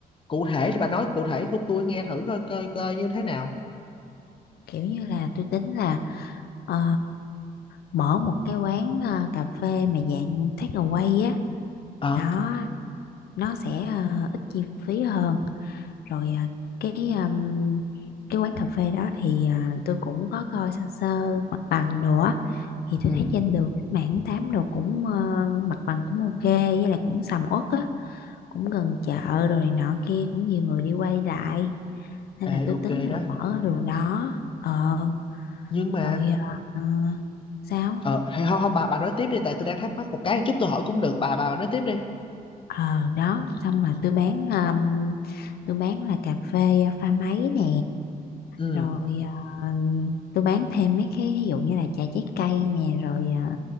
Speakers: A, on the left; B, on the left.
A: cụ
B: ừ.
A: thể thì bà nói cụ thể của tôi nghe thử coi coi coi như thế nào
B: kiểu như là tôi tính là ờ, mở một cái quán ờ, cà phê mà dạng take away á
A: ờ
B: đó nó sẽ ờ, ít chi phí hơn rồi à, cái um, cái quán cà phê đó thì à, tôi cũng có coi sơ sơ mặt bằng đồ á thì
A: ừ
B: tôi thấy trên đường cách mạng tháng tám đồ cũng ờ, mặt bằng cũng ok với lại cũng sầm uất á cũng gần chợ rồi này nọ kia cũng nhiều người đi quay lại nên là
A: ê
B: tôi tính
A: ok
B: là
A: đó
B: mở cái đường đó ờ
A: nhưng mà
B: rồi ờ, sao
A: ờ hay không không bà bà nói tiếp đi tại tôi đang thắc mắc một cái chút tôi hỏi cũng được bà bà, bà nói tiếp đi
B: ờ đó xong là tôi bán um, tôi bán là cà phê pha máy nè
A: ừ
B: rồi à, tôi bán thêm mấy cái ví dụ như là trà trái cây nè rồi à,